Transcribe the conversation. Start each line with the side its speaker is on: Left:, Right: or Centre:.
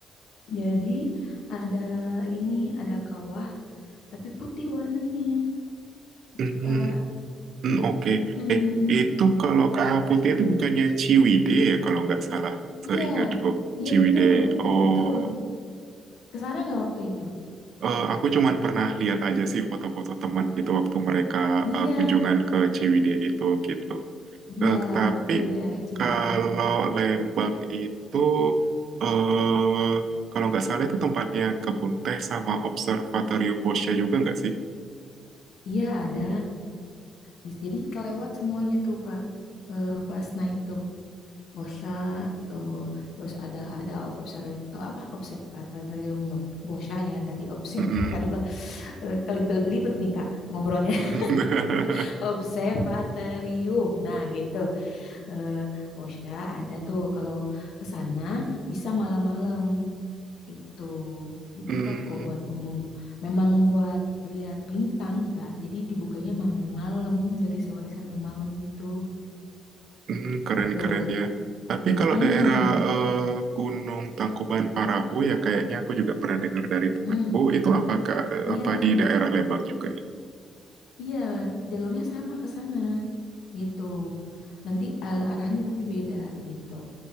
Left: Jadi ada ini, ada kawah tapi putih warnanya itu
Right: Hmm,
Left: Kak.
Right: hmm, oke.
Left: Mm-mm.
Right: Eh, itu kalau kawah putih itu bukannya Ciwidey ya kalau nggak salah, seingatku.
Left: Iya, iya
Right: Ciwidey.
Left: betul,
Right: Oh.
Left: betul. Ke sana nggak waktu itu?
Right: Eh, aku cuman pernah lihat aja sih foto-foto teman gitu waktu mereka
Left: Iya,
Right: eh, kunjungan ke Ciwidey itu gitu.
Left: iya
Right: Eh, tapi
Left: betul daerah Ciwidey.
Right: kalau Lembang itu eh kalau nggak salah itu tempatnya kebun teh sama observatorium Boscha juga nggak sih?
Left: Iya ada. Bis- Jadi kelewat semuanya tuh Kak. Eh, pas naik tuh Bosya tuh terus ada ada observ eh, apa observatorium tuh. Bosya ya tadi observatorium.
Right: Mm-mm.
Left: <sighs> Eh, kelibet-belibet nih Kak ngobrolnya.
Right: <laughs>
Left: <laughs> Observatorium. Nah, gitu. eh Bosya ada tuh kalau ke sana bisa malam-malam itu dibuka
Right: Hmm,
Left: kok buat umum. Memang buat lihat bintang, Kak. Jadi dibukanya memang malam dari sore sampai malam gitu.
Right: hmm, keren-keren
Left: Gitu.
Right: ya. Tapi kalau
Left: Mm,
Right: daerah eh, Gunung Tangkuban Parahu ya kayaknya aku juga pernah dengar dari temanku.
Left: mm,
Right: Itu apakah
Left: iya.
Right: apa di daerah Lembang juga?
Left: Iya, jalurnya sama ke sana gitu. Nanti al- arahnya tapi beda gitu.